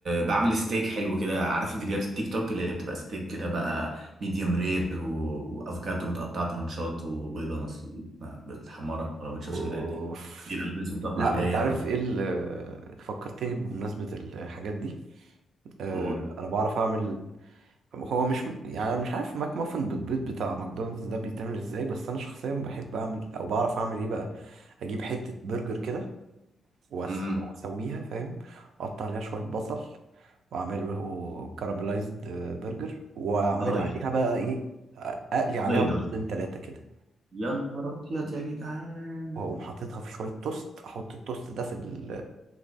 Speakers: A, on the right (about 50°); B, on the right (about 80°).
A: بعمل ستيك حلو كده عارف فيديوهات التيك توك اللي هي بتبقى ستيك كده بقى ميديوم رير و... وافوكاتو متقطع ترانشات وبيضه مثل بالحماره ولا ما بتشوفش
B: اوف
A: الفيديوهات دي دي الالجوريزم بتطلع
B: لا
A: عليا
B: انت عارف
A: انا بقى
B: ايه اللي فكرتني بمناسبه الحاجات دي آه،
A: قول
B: انا بعرف اعمل هو مش يعني أنا مش عارف ماك مافن بالبيض بتاع ماكدونالدز ده بيتعمل ازاي بس انا شخصيا بحب اعمل او بعرف اعمل ايه بقى اجيب حتة برجر كده وأس-
A: امم
B: واسويها فاهم اقطع عليها شوية بصل واعمل له كاراميلايزد برجر واعمل
A: اه
B: عليها
A: يا خبر.
B: بقى ايه اقلي عليها
A: بيضه
B: بيضتين تلاتة كده
A: يا نهار ابيض يا جدعان
B: واقوم حاططها في شوية توست احط التوست ده في ال